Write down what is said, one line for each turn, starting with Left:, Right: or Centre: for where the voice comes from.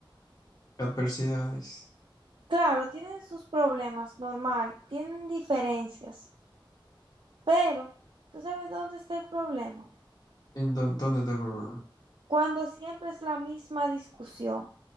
Left: Adversidades.
Right: claro, tienen sus problemas, normal, tienen diferencias, pero ¿tú sabes dónde está el problema?
Left: ¿En dó- dónde está el problema?
Right: Cuando siempre es la misma discusión.